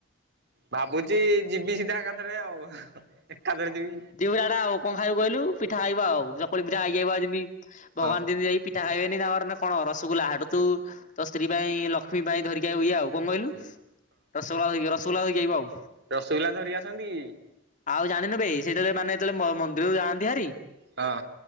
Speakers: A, on the right; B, on the left.
A: ଭାବୁଚି! ଯିବି ସିଧା ଏକାଥରେ ଆଉ। ଏକାଥରେ ଯିବି
B: ଦିଉଡାଡା ଆଉ କଣ ଖାଇବୁ କହିଲୁ? ପିଠା ଖାଇବୁ ଆଉ। ଚକୁଳି ପିଠା ଖାଇକି ଆଇବ ଯିଁତି ଭଗବାନ୍
A: ହଁ
B: ଦିନେ ଯାଇ ପିଠା ଖାଇବେନି, ତାଙ୍କର ନା କଣ ରସଗୁଲା! ହେଡୁ ତୁ ତ ସ୍ତ୍ରୀ ପାଇଁ ଲକ୍ଷ୍ମୀ ପାଇଁ ଧରିକି ଆଉ ଇଏ ଆଉ। କଣ କହିଲୁ?
A: ହୁଁ
B: ରସଗୋଲା ଧଇକି ରସଗୁଲା ଧଇକି ଆଇବ ଆଉ।
A: ରସଗୁଲା ଧରିକି ଆସନ୍ତି କି?
B: ଆଉ ଜାଣିନୁ ବେ ସିଏ ଯେତେବେଳେ ମାନେ ଯେତବେଳେ ମ- ମନ୍ଦିରରୁ ଯାଆନ୍ତି ହାରି
A: ହଁ।